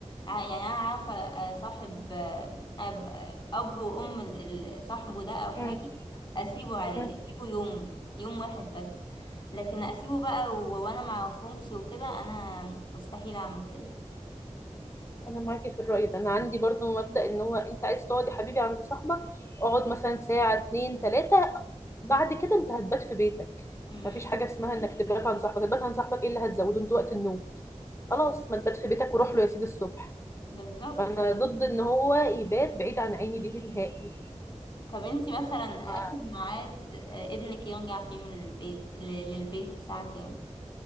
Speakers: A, on the left (about 40°); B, on the left (about 25°).
A: ع- يعني انا عارفه آه، صاحب آه، اب أب وام ال- ال- صاحبه ده او حاجه
B: مم.
A: اسيبه عادي
B: مم.
A: اسيبه يوم يوم واحد بس لكن اسيبه بقى و- وانا معرفهمش وكده انا مستحيل اعمل كده
B: انا معاكي في الرأي ده انا عندي برضو مبدأ ان هو انت عايز تقعد يا حبيبي عند صاحبك اقعد مثلا ساعة اتنين تلاتة بعد كده انت هتبات في بيتك
A: مم.
B: مفيش حاجة اسمها انك تبات عند صاحبك تبات عند صاحبك ايه اللي هتزوده انت وقت النوم خلاص ما تبات في بيتك وروح له يا سيدي الصبح
A: بالظبط
B: فانا ضد ان هو يبات بعيد عن عيني دي نهائي
A: طب انتي مثلا
B: ما
A: اخر ميعاد آه، ابنك يرجع فيه من البيت ل- للبيت الساعة كام